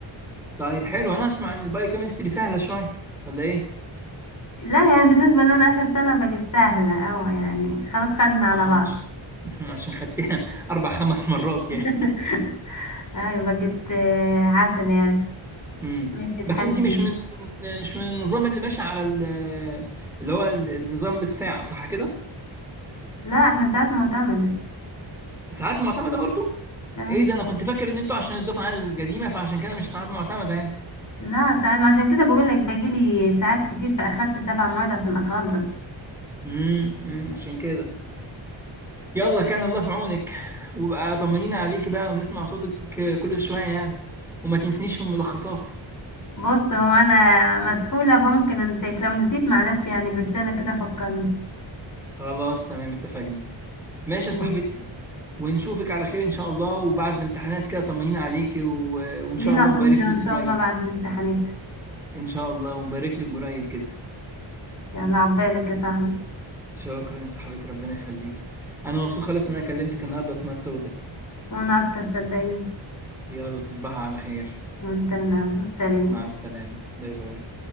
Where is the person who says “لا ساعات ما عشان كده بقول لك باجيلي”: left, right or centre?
Left